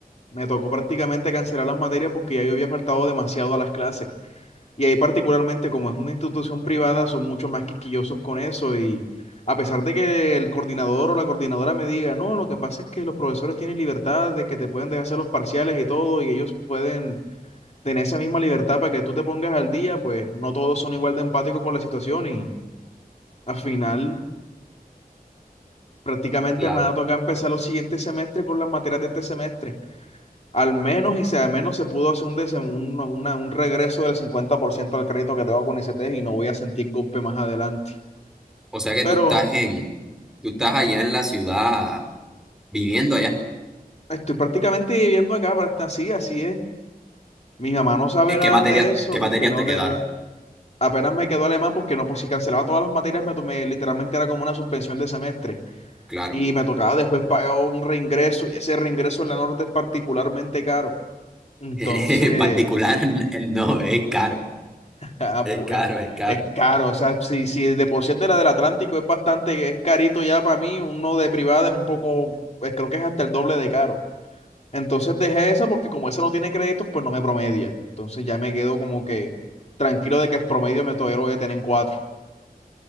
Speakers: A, on the left (about 45°); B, in the centre.
A: Me tocó prácticamente cancelar las materias porque ya yo había faltado demasiado a las clases. Y ahí particularmente, como es una institución privada, son mucho más quisquillosos con eso. Y a pesar de que el coordinador o la coordinadora me diga, no, lo que pasa es que los profesores tienen libertad de que te pueden dejar hacer los parciales y todo, y ellos pueden tener esa misma libertad para que tú te pongas al día, pues no todos son igual de empáticos con la situación. Y al final, prácticamente
B: Claro.
A: me ha tocado empezar los siguientes semestres con las materias de este semestre. Al menos, y sea al menos se pudo hacer un, desem- un, una- un regreso del 50% al crédito que tengo con ST y no voy a sentir golpe más adelante.
B: O sea que
A: Pero
B: tú estás en, tú estás allá en la ciudad, viviendo allá.
A: estoy prácticamente viviendo acá, pra- así, así es. Mi mamá no sabe
B: Eh,
A: nada
B: ¿Qué materia,
A: de eso
B: qué materias
A: porque no
B: te
A: le
B: quedaron?
A: da. Apenas me quedó alemán porque no, pues si cancelaba todas las materias, me tomé, literalmente era como una suspensión de semestre.
B: Claro.
A: Y me tocaba después pagar un reingreso y ese reingreso en la norte es particularmente caro. Entonces...
B: <laughs> En particular, n- no, es caro.
A: Ah,
B: Es
A: pues
B: caro, es caro.
A: es caro, o sea, si, si de por sí el de la del Atlántico es bastante, es carito ya para mí, uno de privada es un poco, pues, creo que es hasta el doble de caro. Entonces dejé eso porque como esa no tiene créditos, pues no me promedia. Entonces ya me quedo como que tranquilo de que el promedio me todavía lo voy a tener en cuatro.